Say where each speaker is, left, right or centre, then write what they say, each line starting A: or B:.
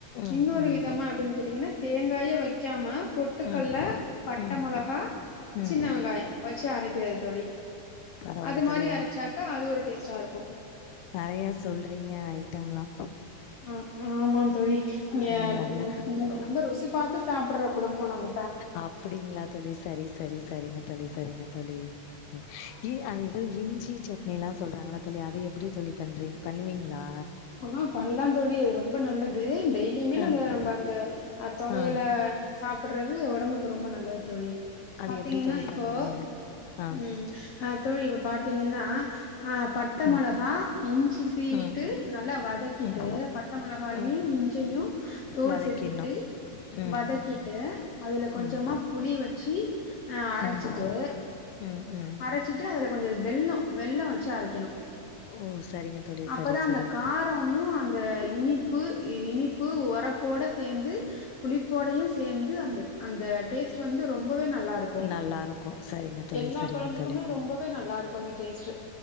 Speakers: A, on the left; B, on the left.
A: ம்
B: இன்னொரு
A: ம்
B: விதமா ஆ அப்டின் கேட்டீங்கன்னா தேங்காயே வைக்காம பொட்டுக்கல்ல
A: ம்
B: பட்ட
A: ம்
B: மொளகா
A: ம்
B: சின்ன வெங்காயோ வச்சி அரைக்கிறது தோழி
A: பரவால்ல
B: அது மாரி
A: தோழி
B: அரச்சாக்கா அது ஒரு டேஸ்ட்டா இருக்கு
A: நெறைய சொல்றீங்க ஐட்டம்ல்லாக்கு
B: அ ஆமா தோழி இங்க
A: அது நல்ல
B: <inaudible> ரொம்ப ருசி பாத்து சாப்ட்ற குடும்போ நம்ப
A: அப்டிங்களா தோழி சரி சரி சரிங்க தோழி சரிங்க தோழி சரி அது ஏதோ இஞ்சி சட்னி எல்லா சொல்றாங்களா தோழி அது எப்டி தோழி பண்றீங் பண்ணுவீங்களா
B: ஆ பண்லா தோழி அது ரொம்ப நல்லது டெய்லியுமே
A: ஆ
B: அத நம்ம அந்த தொவையல
A: ஆ
B: சாப்டுறது ஒடம்புக்கு ரொம்ப நல்ல நல்லது தோழி
A: அது
B: பாத்தீங்ன்னா
A: எப்டி தோழி
B: இப்போ
A: பண்ணுவீங்க ஆ
B: ம் அ தோழி இப்ப பாத் பத்தீங்கன்னா அ பட்ட மொளகா
A: ம்
B: இஞ்சி சீவிட்டு
A: ம்
B: நல்லா வதக்கிட்டு
A: ம்
B: பட்ட மொளகாயையு
A: ம்
B: இஞ்சையு தோல்
A: வதக்கிட்ணு
B: செத்திட்டு
A: ம்
B: வதக்கிட்டு அதுல கொஞ்சமா
A: ம்
B: புளி வச்சு அ அரச்சிட்டு
A: ம் ம் ம்
B: அரச்சிட்டு அதுல கொஞ்ச வெல்லோ வெல்லொ வச்சு அரைக்குணு
A: ஓ சரிங்க தோழி
B: அப்பதா
A: சரி
B: அந்த
A: சரி
B: கா காரமு அந்த இனிப்பு இனிப்பு ஒரப்போட சேந்து புளிப்போடையு சேந்து அந்த அந்த டேஸ்ட் வந்து ரொம்பவே நல்லாருக்கு
A: நல்லா இருக்கு சரிங்க தோழி
B: எல்லா
A: சரிங்க
B: கொழம்புக்குமே
A: தோழி
B: ரொம்பவே நல்லா இருக்கு அந்த டேஸ்ட்டு